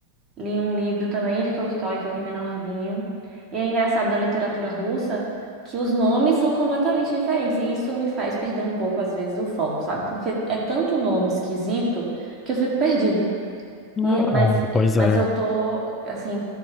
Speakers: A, on the right; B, on the left.
A: Li um livro também de Tolstói, só que menorzinho. E é engraçado da literatura russa que os nomes são completamente diferentes. E isso me faz perder um pouco, às vezes, o foco, sabe? Porque é tanto nome esquisito que eu fico perdida.
B: Ah,
A: E, mas,
B: pois
A: mas
B: é.
A: eu tô, assim,